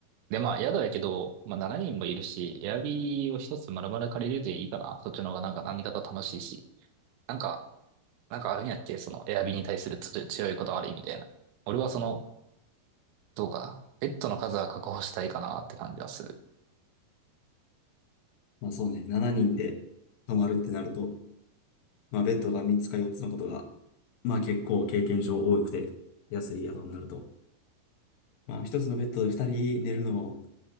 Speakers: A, on the right (about 80°); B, on the left (about 70°).
A: で、まあ、宿やけど、まあ、7人もいるし、エアビーを一つ丸々借りるでいいかな。そっちの方がなんか何かと楽しいし。なんか、なんかあるんやって、その、エアビーに対するつ強いこだわりみたいな。俺はその、どうかな。ベッドの数は確保したいかなって感じはする。
B: まあそうね、7人で泊まるってなると、まあ、ベッドが3つか4つのことが、まあ結構経験上多くて、安い宿になると。まあ、1つのベッドで2人寝るのを、